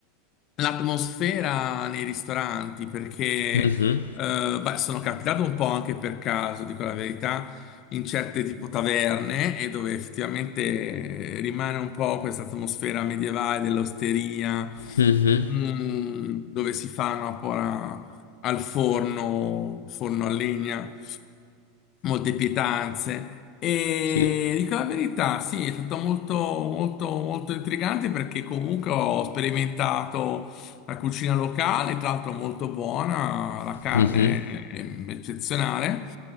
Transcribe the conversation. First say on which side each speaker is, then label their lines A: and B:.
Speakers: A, on the left; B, on the left.
A: L'atmosfera nei ristoranti, perché
B: Mhm,
A: eh, beh, sono capitato un po' anche per caso, dico la verità, in certe tipo taverne e dove effettivamente rimane un po' questa atmosfera medievale dell'osteria,
B: mhm,
A: mm, dove si fanno ancora al forno, forno a legna molte pietanze. E
B: sì,
A: dico la verità, sì, è stato molto, molto, molto intrigante perché comunque ho sperimentato la cucina locale, tra l'altro molto buona, la carne
B: mhm.
A: è eccezionale.